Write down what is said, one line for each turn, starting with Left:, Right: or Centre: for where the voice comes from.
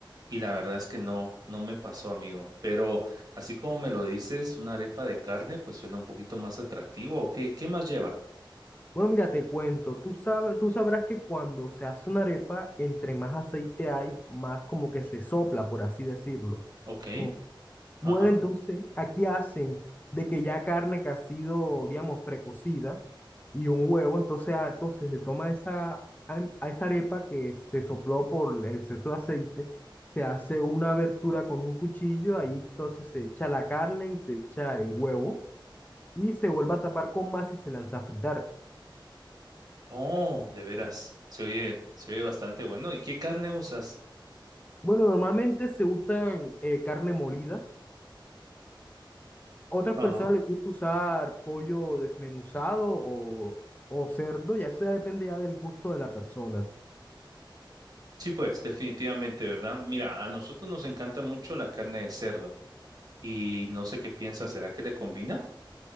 Right: Y la verdad es que no, no me pasó, amigo. Pero así como me lo dices, una arepa de carne, pues suena un poquito más atractivo. o ¿Qué, qué más lleva?
Left: Bueno, mira, te cuento, tú sabes, tú sabrás que cuando se hace una arepa, entre más aceite hay, más como que se sopla, por así decirlo.
Right: Ok,
Left: Oh, Bueno,
Right: ajá.
Left: entonces aquí hacen de que ya carne que ha sido, digamos, precocida y un huevo, entonces, ah, entonces se toma esa, a a esa arepa que se sopló por el exceso de aceite, se hace una abertura con un cuchillo, ahí entonces se echa la carne y se echa el huevo y se vuelve a tapar con más y se lanza a fritar.
Right: Oh, de veras. Se oye, se oye bastante bueno. ¿Y qué carne usas?
Left: Bueno, normalmente se usan eh, carne molida. Otras
Right: Ajá.
Left: personas les gusta usar pollo desmenuzado o, o cerdo, ya eso ya depende ya del gusto de la persona.
Right: Sí, pues, definitivamente, ¿verdad? Mira, a nosotros nos encanta mucho la carne de cerdo. Y no sé qué piensas, ¿será que le combina?